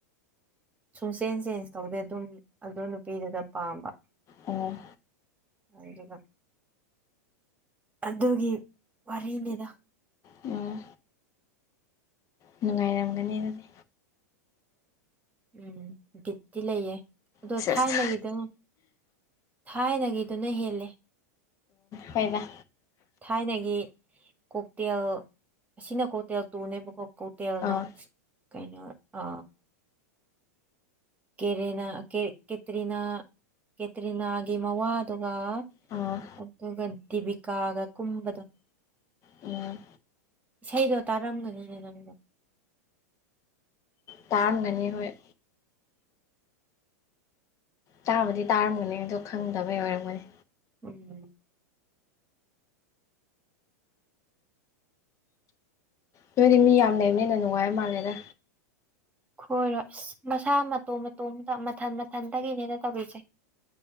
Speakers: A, on the right; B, on the left.
A: ꯁꯨꯡꯆꯦꯟ ꯆꯦꯟꯖ ꯇꯧꯗꯦ ꯑꯗꯨꯝ ꯑꯗꯨ ꯅꯨꯄꯤꯗꯨꯗ ꯄꯥꯝꯕ
B: ꯑꯣ
A: ꯑꯗꯨꯗꯨꯅꯥ ꯑꯗꯨꯒꯤ ꯋꯥꯔꯤꯅꯤꯗ
B: ꯎꯝ ꯅꯨꯡꯉꯥꯏꯔꯝꯒꯅꯤ ꯑꯗꯨꯗꯤ
A: ꯎꯝ ꯒꯤꯐꯇꯤ ꯂꯩꯌꯦ ꯑꯗꯣ
B: ꯁꯦꯁ
A: ꯊꯥꯏꯅꯒꯤꯗꯪ ꯊꯥꯏꯅꯒꯤꯗꯨꯅ ꯍꯦꯜꯂꯦ
B: ꯍ‌ꯣꯏꯗ
A: ꯊꯥꯏꯅꯒꯤ ꯀꯣꯛꯇꯦꯜ ꯑꯁꯤꯅ ꯀꯣꯛꯇꯦꯜ ꯇꯨꯅꯦꯕꯀꯣꯛ ꯀꯣꯇꯦꯜꯅ
B: ꯑꯣ
A: ꯀꯩꯅꯣ ꯑ ꯀꯦꯅꯥ ꯀꯦ ꯀꯦꯇꯔꯤꯅ ꯀꯦꯇ꯭ꯔꯤꯅꯥꯒꯤ ꯃꯋꯥꯗꯨꯒ
B: ꯑꯣ
A: ꯑꯗꯨꯒ ꯗꯤꯕꯤꯀꯥꯒ ꯀꯨꯝꯕꯗꯣ
B: ꯑꯣ
A: ꯏꯁꯩꯗꯣ ꯇꯥꯔꯝꯒꯅꯤꯅꯦ ꯅꯪꯗꯣ
B: ꯇꯥꯔꯒꯅꯤ ꯍ‌ꯣꯏ ꯇꯥꯕꯗꯤ ꯇꯥꯔꯝꯒꯅꯤ ꯑꯗꯣ ꯈꯪꯗꯕꯩ ꯑꯣꯏꯔꯝꯒꯅꯤ
A: ꯎꯝ
B: ꯅꯣꯏꯗꯤ ꯃꯤ ꯌꯥꯝ ꯂꯩꯕꯅꯤꯅ ꯅꯨꯡꯉꯥꯏꯕ ꯃꯥꯜꯂꯦꯗ
A: ꯍꯣꯏꯔꯣꯏ ꯑꯁ ꯃꯁꯥ ꯃꯇꯣꯝ ꯃꯇꯣꯝꯗ ꯃꯊꯟ ꯃꯊꯟꯗꯒꯤꯅꯦꯅ ꯇꯧꯔꯤꯁ‌ꯦ